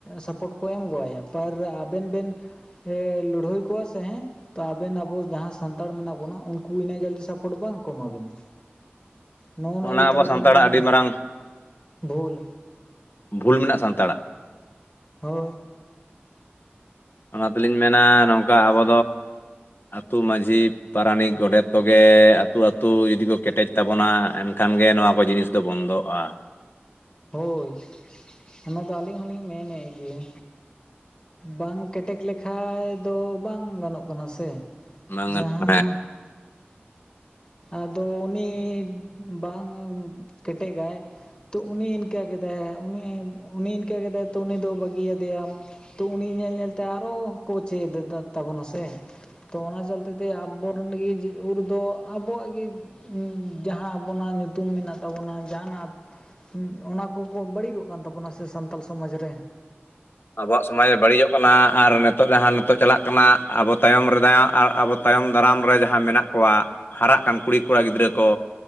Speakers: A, on the left (about 25°); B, on the left (about 60°).
A: ᱥᱟᱯᱳᱴ ᱠᱚ ᱮᱢᱜᱚᱜᱟᱭᱟ ᱯᱟᱨ ᱟᱵᱮᱱ ᱵᱮᱱ ᱮ ᱞᱟᱹᱲᱦᱟᱹᱭ ᱠᱚᱣᱟ ᱥᱮ ᱛᱚ ᱟᱵᱮᱱ ᱟᱵᱚ ᱡᱟᱦᱟᱸᱭ ᱥᱟᱱᱛᱟᱲ ᱢᱮᱱᱟᱜ ᱵᱚᱱᱟ ᱩᱱᱠᱩ ᱩᱱᱟᱹᱜ ᱡᱟᱹᱫᱤ ᱥᱟᱯᱳᱴ ᱵᱟᱝ ᱠᱚ ᱮᱢᱟᱵᱮᱱᱟ ᱱᱚᱜᱼᱚ ᱱᱚᱣᱟ
B: ᱚᱱᱟ
A: ᱜᱮᱛᱚ
B: ᱟᱵᱚ
A: ᱟᱵᱚᱱᱟᱜ
B: ᱥᱟᱱᱛᱟᱲᱟᱜ
A: ᱫᱚᱢ
B: ᱟᱹᱰᱤ ᱢᱟᱨᱟᱝ
A: ᱵᱷᱩᱞ
B: ᱵᱷᱩᱞ ᱢᱮᱱᱟᱜᱼᱟ ᱥᱟᱱᱛᱟᱲᱟᱜ
A: ᱦᱳᱭ
B: ᱚᱱᱟ ᱛᱮᱞᱤᱧ ᱢᱮᱱᱟ ᱱᱚᱝᱠᱟ ᱟᱵᱚ ᱟᱹᱛᱩ ᱢᱟᱺᱡᱷᱤ ᱯᱟᱨᱟᱱᱤᱠ ᱜᱚᱰᱮᱛ ᱠᱚᱜᱮ ᱟᱹᱛᱩ ᱟᱹᱛᱩ ᱡᱩᱫᱤ ᱠᱚ ᱠᱮᱴᱮᱡ ᱛᱟᱵᱚᱱᱟ ᱮᱱᱠᱷᱟᱱ ᱜᱮ ᱱᱚᱣᱟ ᱠᱚ ᱡᱤᱱᱤᱥ ᱛᱚ ᱵᱚᱱᱫᱚᱜᱼᱟ
A: ᱦᱳᱭ ᱚᱱᱟᱫᱚ ᱟᱹᱞᱤᱧ ᱦᱚᱞᱤᱧ ᱢᱮᱱᱮ ᱜᱮᱭᱟ ᱵᱟᱝ ᱠᱮᱴᱮᱡ ᱞᱮᱠᱷᱟᱡ ᱫᱚ ᱵᱟᱝ ᱜᱟᱱᱚᱜ ᱠᱟᱱᱟ ᱥᱮ
B: ᱵᱟᱝ
A: ᱡᱟᱦᱟᱸ
B: ᱜᱟᱱᱭ <unintelligible>
A: ᱟᱫᱚ ᱩᱱᱤ ᱵᱟᱝ ᱠᱮᱴᱮᱜᱟᱭ ᱛᱚ ᱩᱱᱤ ᱤᱱᱠᱟᱹ ᱠᱮᱫᱟᱭ ᱩᱱᱤ ᱩᱱᱤ ᱤᱱᱠᱟᱹ ᱠᱮᱫᱟᱭ ᱛᱚ ᱩᱱᱤ ᱫᱚ ᱵᱟᱹᱜᱤᱭᱟᱫᱮᱭᱟ ᱛᱚ ᱩᱱᱤ ᱧᱮᱞ ᱧᱮᱞᱛᱮ ᱟᱨᱚ ᱠᱳ ᱪᱮᱫ ᱫᱟ ᱛᱟᱵᱚᱱᱟ ᱥᱮ ᱛᱚ ᱚᱱᱟ ᱪᱚᱞᱛᱤ ᱛᱮ ᱟᱵᱚ ᱨᱮᱱᱤᱡ ᱩᱨ ᱫᱚ ᱟᱵᱚᱣᱟᱜ ᱜᱤ ᱡᱟᱦᱟᱸ ᱟᱵᱚᱱᱟᱜ ᱧᱩᱛᱩᱢ ᱢᱮᱱᱟᱜ ᱛᱟᱵᱚᱱᱟ ᱡᱟᱦᱟᱸᱱᱟᱜ ᱚᱱᱟ ᱠᱚᱠᱚ ᱵᱟᱹᱲᱤᱡᱚᱜ ᱠᱟᱱ ᱛᱟᱵᱚᱱᱟ ᱥᱮ ᱥᱟᱱᱛᱟᱲ ᱥᱚᱢᱟᱡ ᱨᱮ
B: ᱟᱵᱚᱣᱟᱜ ᱥᱚᱢᱟᱡ ᱵᱟᱹᱲᱤᱡᱚᱜ ᱠᱟᱱᱟ ᱟᱨ ᱱᱤᱛᱚᱜ ᱡᱟᱦᱟᱸ ᱱᱤᱛᱚᱜ ᱪᱟᱞᱟᱜ ᱠᱟᱱᱟ ᱟᱵᱚ ᱛᱟᱭᱚᱢ ᱨᱮᱫᱚᱟᱭ ᱟᱨ ᱟᱵᱚ ᱛᱟᱭᱚᱢ ᱫᱟᱨᱟᱢ ᱨᱮ ᱡᱟᱦᱟᱸ ᱢᱮᱱᱟᱜ ᱠᱚᱣᱟ ᱦᱟᱨᱟᱜ ᱠᱟᱱ ᱠᱩᱲᱤᱼ ᱠᱚᱲᱟ ᱜᱤᱫᱽᱨᱟᱹ ᱠᱚ